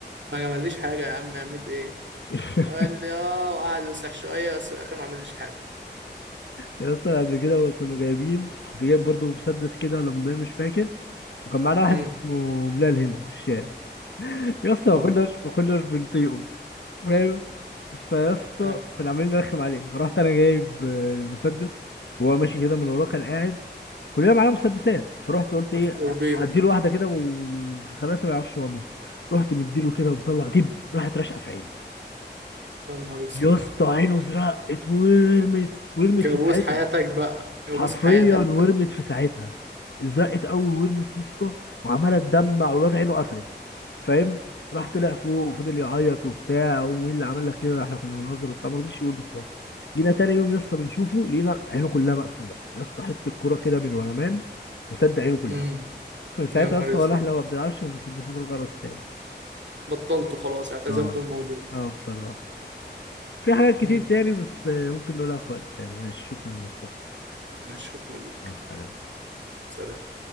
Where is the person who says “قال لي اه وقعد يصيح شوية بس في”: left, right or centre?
Right